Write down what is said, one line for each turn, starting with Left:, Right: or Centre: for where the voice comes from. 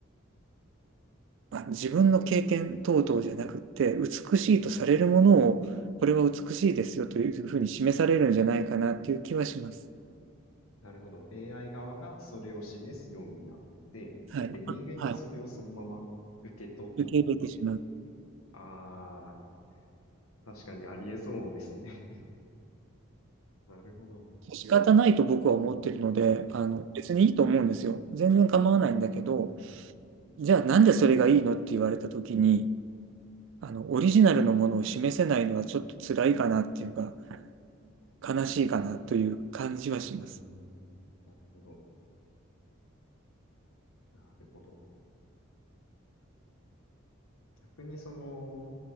Right: まあ、自分の経験等々じゃなくって、美しいとされるものを、これは美しいですよというふうに示されるんじゃないかなっていう気はします。
Left: なるほど。AI 側がそれを示すようになって、
Right: はい。
Left: で、人間がそれをそのまま受け取って、
Right: はい。受け入れてしまう。
Left: ああ、確かにありえそうですね。<laughs> なるほど。
Right: 仕方ないと僕は思ってるので、
Left: うん。
Right: あの、別にいいと思うんですよ。全然構わないんだけど、
Left: <laughs>
Right: じゃあなんでそれがいいのって言われた時に、あの、オリジナルのものを示せないのはちょっと辛いかなっていうか、悲しいかなという感じはします。
Left: うーん。なるほど。なるほど。逆にその、